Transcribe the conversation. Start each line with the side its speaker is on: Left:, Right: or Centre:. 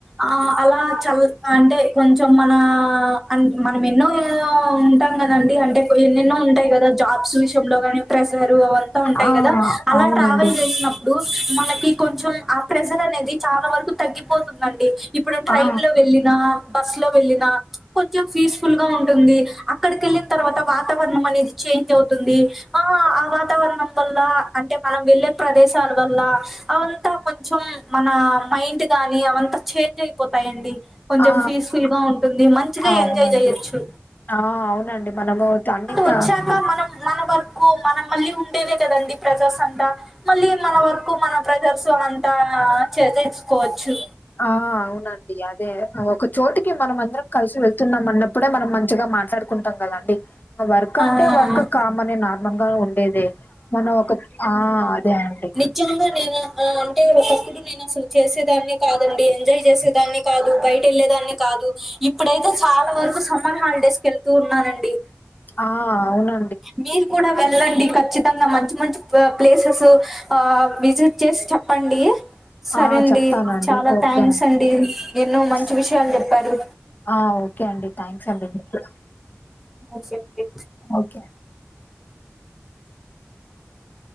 Centre: ఆ అలా చల్ అంటే కొంచం మనా అం మనమెన్నో ఉంటాం గదండి అంటే యెన్నెన్నో ఉంటాయి గదా జాబ్స్ విషయంలో గానీ ప్రజర్ ఉంటయి
Left: ఆ!
Centre: గదా అలా
Left: అవునండి.
Centre: ట్రావెల్ జేసినప్ ప్పుడు మనకి కొంచం ఆ ప్రెజర్ అనేది చాలా వరకు తగ్గిపోతుందండి ఇప్పుడు ట్రైన్
Left: ఆ!
Centre: లో వెళ్ళి నా బస్లో వెళ్ళినా కొంచం ఫీస్ఫుల్గా ఉంటుందీ అక్కడికెళ్ళిన్ తర్వాత వాతావరణమనేది చేంజవుతుందీ ఆ ఆ వాతావరణం వల్లా అంటె మనం వెళ్ళే ప్రదేశాల వల్లా అవంతా కొంచం మనా మైండ్ గానీ అవంత చేంజయిపోతయండి కొంచం
Left: ఆ! ఆ!
Centre: ఫీస్ఫుల్గా ఉంటుంది మంచిగ
Left: ఆ! అవునండి.
Centre: ఎంజాయ్ జెయ్యోచ్చు
Left: ఆ అవునండి మనమూ తన్నికా
Centre: వచ్చాక మనం మన వర్కూ మనం మళ్ళీ ఉండేదే కదండి ప్రజర్సంతా మళ్ళీ మన వర్కు మనం ప్రజర్సు అనంతా చేతే ఇచ్చుకోవచ్చు
Left: ఆ అవునండి అదే ఒక చోటి మనం అందరం కలిసి వెళ్తున్నాం అన్నప్పుడే మనం మంచిగ మాట్లాడుకుంటాం కదా అండి వర్క్
Centre: ఆ!
Left: అంటే వర్క్ కామనే నార్మల్ గా ఉ <unintelligible> అదే మనం ఒక ఆ అదే అండి
Centre: నిజం గా నేను అంటే ఒకప్పుడు నేను అసలు చేసేదాన్ని కాదండి ఎంజాయ్ చేసేదాన్ని కాదు బయట వెళ్ళేదాన్ని కాదు ఇప్పుడైతే చాల వరకు సమ్మర్ హాలిడేస్కి వెళ్తూ ఉన్నానండి
Left: ఆ అవున
Centre: మీరు కూడ వెళ్ళండి ఖచ్చి <unintelligible> మంచి మంచి ప్లేసెస్ ఆ విజిట్ చేసి చెప్పండి సరే
Left: ఆ
Centre: అండి
Left: చెప్తానండి
Centre: చాల
Left: ఓకే
Centre: థ్యాంక్స్ అండి ఎన్నో మంచి
Left: స
Centre: విషయాలు చెప్పారు
Left: ఆ ఓకే అండి థ్యాంక్స్ అండి కూడా
Centre: ఓకే అండి
Left: ఓకే